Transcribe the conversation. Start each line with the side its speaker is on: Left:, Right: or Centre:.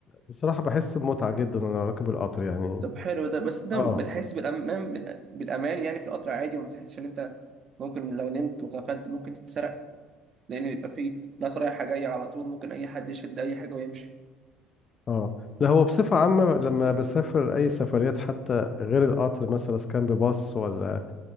Left: بصراحة بحس بمتعة جدا وأنا راكب القطر يعني
Right: طب حلو ده بس انت
Left: اه
Right: بتحس بالامان بالأ- بالامان يعني في القطر عادي وما بتحسش ان انت ممكن لو نمت وغفلت ممكن تتسرق لان بيبقى في ناس رايحة جاية على طول ممكن اي حد يشد اي حاجة ويمشي
Left: اه لا هو بصفة عامة لما بسافر أي سفريات حتى غير القطر مثلا إذا كان بباص ولا